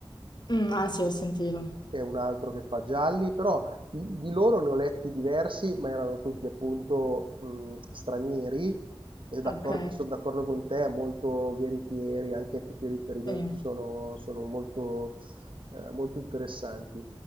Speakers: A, on the left; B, on the right.
A: Mm, ah sì, ho sentito.
B: che è un altro che fa gialli, però di, di loro ne ho letti diversi, ma erano tutti appunto mh, stranieri e d'accordo-
A: Ok.
B: sono d'accordo con te, molto veritieri, anche tutti i riferimenti
A: Sì.
B: sono, sono molto, eh, molto interessanti.